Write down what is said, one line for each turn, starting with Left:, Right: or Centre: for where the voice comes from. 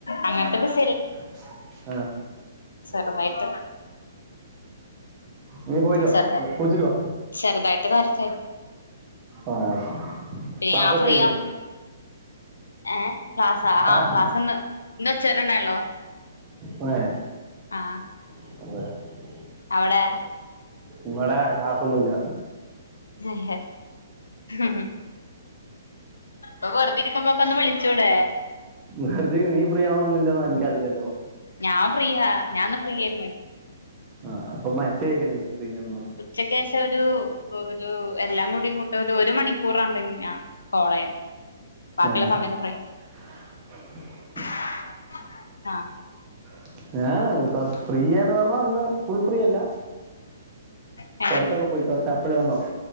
Left: അങ്ങനത്തെ ബിസ്-
Right: <inaudible>
Left: ചെറുതായിട്ട്
Right: നീ പോയിട്ടുവ
Left: ചെറുതാ
Right: കുളിച്ചിട്ടുവ
Left: ചെറുതായിട്ട് തെരക്കായി
Right: ആഹ്
Left: പിന്നെ
Right: ക്ലാസൊക്കെ
Left: ഞാൻ ഫ്രീയാവുമ്പോ
Right: കഴിഞ്ഞോ?
Left: ഏഹ് ക്ലാസ്സാ
Right: ക്ലാസ്
Left: ആ ക്ലാസ്ന്ന് ഇന്ന് ഉച്ചവരെന്നേള്ളൂ
Right: അതെ
Left: ആഹ്
Right: <unintelligible>
Left: അവിടെ
Right: ഇവിടെ ക്ലാസ്ന്നുല്ല
Left: ഹേ ഹേ ഹ് ഹ് ഇപ്പ വെറുതെ ഇരിക്കുമ്പോക്ക ഒന്ന് വിളിച്ചൂടെ?
Right: വെറുതെ നീ ഫ്രീ ആവണോ ന്നില്ല എനിക്കറില്ലല്ലോ
Left: ഞാൻ ഫ്രീയാ ഞാന്ന് ഫ്രീ ആയിരുന്നു
Right: ആഹ്, അപ്പൊ മരിച്ചെയ്കെന്നെ ഫ്രീ ആന്ന്
Left: ച്ചെക്കെശെരു ഒരു എല്ലാം കൂടി ഒരു ഒരുമണിക്കൂറിണ്ടഞാ കോളെയാ ബാക്കിള്ളസമയത്ത്
Right: ഏ
Left: ഫ്ര
Right: <inaudible>
Left: <inaudible> ന
Right: <unintelligible> കൊർച്ച് ഫ്രീയാണ്ന്നർഞ്ഞാ ന്ന് ഫുൾ ഫ്രീ അല്ല.
Left: ഉം <inaudible>
Right: പുറത്തൊക്കെ പോയി കെർച്ചപ്പഴാ വന്നോ